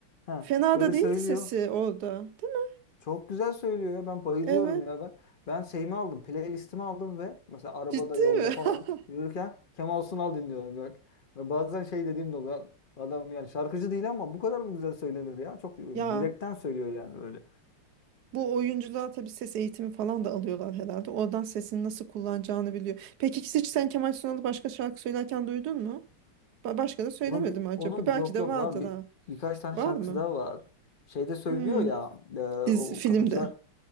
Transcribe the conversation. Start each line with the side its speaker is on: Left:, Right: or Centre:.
Left: Ha,
Right: Fena
Left: öyle
Right: da değildi
Left: söylüyor.
Right: sesi orada. Değil mi?
Left: Çok güzel söylüyor ya. Ben bayılıyorum
Right: Evet.
Left: ya. Ben ben şeyimi aldım. Playlistimi aldım ve mesela arabada
Right: Ciddi
Left: yolda
Right: mi?
Left: falan
Right: <laughs>
Left: yürürken Kemal Sunal dinliyorum. Bak. Ve bazen şey dediğim de oluyor. Adam yani şarkıcı değil ama bu kadar mı güzel söylenir ya? Çok yürekten
Right: Ya
Left: söylüyor yani böyle.
Right: bu oyuncular tabii ses eğitimi falan da alıyorlar herhalde. Oradan sesini nasıl kullanacağını biliyor. Peki hiç sen Kemal Sunal'ı başka şarkı söylerken duydun mu? Ba- Başka da söylemedi
Left: Onun bir
Right: mi acaba?
Left: onun
Right: Belki
Left: bir yok
Right: de
Left: yok
Right: vardır
Left: var bir
Right: ha.
Left: birkaç tane
Right: Var
Left: şarkısı
Right: mı?
Left: daha var. Şeyde söylüyor
Right: Hmm.
Left: ya e,
Right: Dizi,
Left: o
Right: filmde.
Left: kapıcılar